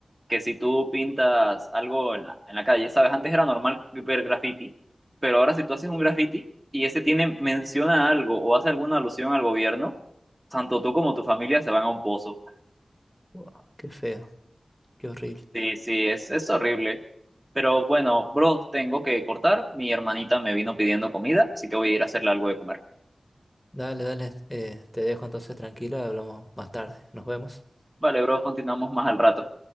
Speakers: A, on the right (about 15°); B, in the centre.
A: que si tú pintas algo en la, en la calle, sabes, antes era normal ver graffiti, pero ahora si tú haces un graffiti y ese tiene, menciona algo o hace alguna alusión al gobierno, tanto tú como tu familia se van a un pozo.
B: Wow, qué feo, qué horrible.
A: Sí, sí, es, es horrible. Pero bueno, bro, tengo que cortar. Mi hermanita me vino pidiendo comida, así que voy a ir a hacerle algo de comer.
B: Dale, dale, eh, te dejo entonces tranquila, hablamos más tarde. Nos vemos.
A: Vale, bro, continuamos más al rato.